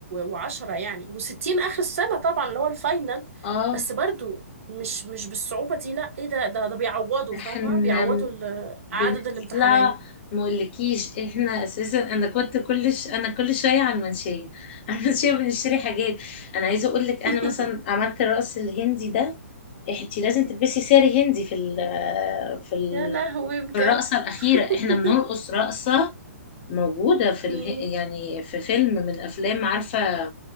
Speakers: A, on the right (about 60°); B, on the left (about 45°).
A: و10 يعني و60 اخر السنه طبعا اللي هو الفاينل
B: اه
A: بس برضو مش مش بالصعوبه دي لا ايه ده ده ده بيعوضوا
B: ده
A: فاهمه
B: احنا
A: بيعوضوا
B: بن-
A: ال- عدد
B: بنطلع
A: الامتحانات
B: مقولكيش احنا اساسا انا كنت كل ش... انا كل شويه على المنشيه <laughs> على المنشيه بنشتري حاجات انا عايزه اقول لك انا
A: <laughs>
B: مثلا عملت الرقص الهندي ده انت لازم
A: مم.
B: تلبسي ساري هندي في ال... في ال...
A: يا لهوي بجد
B: في الرقصه الاخيره
A: <laughs>
B: احنا بنرقص رقصه موجوده في
A: مم.
B: اله... يعني في فيلم من افلام عارفه